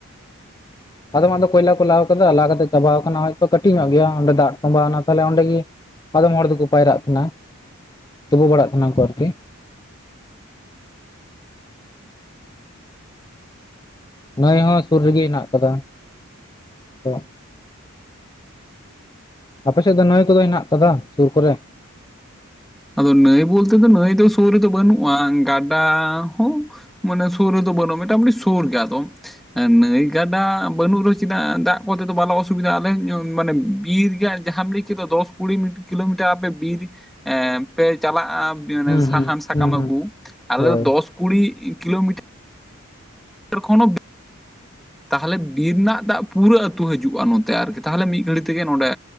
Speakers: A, on the left; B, in the centre.
A: ᱟᱚᱢᱟᱜ ᱫᱚ ᱠᱚᱭᱞᱟ ᱠᱚ ᱞᱟᱣ ᱠᱟᱫᱟ᱾ ᱞᱟᱜ ᱠᱟᱛᱮᱜ ᱪᱟᱵᱟᱣ ᱟᱠᱟᱱᱟ, ᱦᱚᱭᱛᱚ ᱠᱟᱹᱴᱤᱡ ᱧᱚᱜ ᱜᱮᱭᱟ ᱚᱸᱰᱮ ᱫᱟᱜ ᱠᱚᱢᱵᱟᱣᱱᱟ ᱛᱟᱦᱚᱞᱮ ᱚᱸᱰᱮ ᱜᱮ ᱟᱫᱚᱢ ᱦᱚᱲ ᱫᱚᱠᱚ ᱯᱟᱭᱨᱟᱜ ᱛᱟᱦᱮᱱᱟ, ᱛᱩᱯᱩ ᱵᱟᱲᱟᱜ ᱛᱟᱦᱮᱱᱟ ᱠᱚ ᱟᱨᱠᱤ᱾ ᱱᱟᱹᱭ ᱦᱚᱸ ᱥᱩᱨ ᱨᱮᱜᱮ ᱦᱮᱱᱟᱜ ᱟᱠᱟᱫᱟ᱾ ᱛᱚ ᱟᱯᱮ ᱥᱮᱫ ᱫᱚ ᱱᱟᱹᱭ ᱠᱚᱫᱚ ᱦᱮᱱᱟᱜ ᱠᱟᱫᱟ ᱥᱩᱨ ᱠᱚᱨᱮ?
B: ᱟᱫᱚ ᱱᱟᱹᱭ ᱵᱚᱞᱛᱮ ᱫᱚ ᱱᱟᱹᱭ ᱫᱚ ᱥᱩᱨ ᱨᱮᱫᱚ ᱵᱟᱹᱱᱩᱜᱼᱟ᱾ ᱜᱟᱰᱟ ᱦᱚᱸ ᱢᱟᱱᱮ ᱥᱩᱨ ᱨᱮᱫᱚ ᱵᱚᱱᱜᱼᱟ, ᱢᱚᱴᱟᱢᱩᱴᱤ ᱥᱩᱨᱜᱮ ᱟᱫᱚ᱾ ᱦᱮᱸ ᱱᱟᱹᱭ ᱜᱟᱰᱟ ᱵᱟᱹᱱᱩᱜ ᱨᱮᱦᱚᱸ ᱪᱮᱫᱟᱜ ᱫᱟᱜ ᱠᱚᱛᱮ ᱫᱚ ᱵᱟᱞᱮ ᱚᱥᱩᱵᱤᱫᱟᱜᱼᱟ ᱟᱞᱮ ᱢᱟᱱᱮ ᱵᱤᱨ ᱨᱮᱭᱟᱜ ᱡᱟᱦᱟᱸᱢ ᱞᱮᱹᱭ ᱠᱮᱫ ᱫᱚ ᱫᱚᱥ ᱠᱩᱲᱤ ᱢᱤ ᱠᱤᱞᱳᱢᱤᱴᱟᱨ ᱟᱯᱮ ᱵᱤᱨ ᱮᱸ ᱯᱮ ᱪᱟᱞᱟᱜᱼᱟ
A: ᱦᱩᱸ
B: ᱥᱟᱦᱟᱱ
A: ᱦᱩᱸ
B: ᱥᱟᱠᱟᱢ
A: ᱦᱩᱸ ᱦᱩᱸ
B: ᱟᱹᱜᱩ, ᱟᱞᱮ
A: ᱦᱳᱭ
B: ᱫᱚ ᱫᱚᱥ ᱠᱩᱲᱤ ᱠᱤᱞᱳᱢᱤᱴ <unintelligible> ᱠᱷᱚᱱ ᱦᱚᱸ ᱛᱟᱦᱚᱞᱮ ᱵᱤᱨ ᱨᱮᱱᱟᱜ ᱫᱟᱜ ᱯᱩᱨᱟᱹ ᱟᱹᱛᱩ ᱦᱤᱡᱩᱜᱼᱟ ᱱᱚᱛᱮ ᱟᱨᱠᱤ, ᱛᱟᱦᱞᱮ ᱢᱤᱜ ᱜᱷᱟᱹᱲᱤ ᱛᱮᱜᱮ ᱱᱚᱸᱰᱮ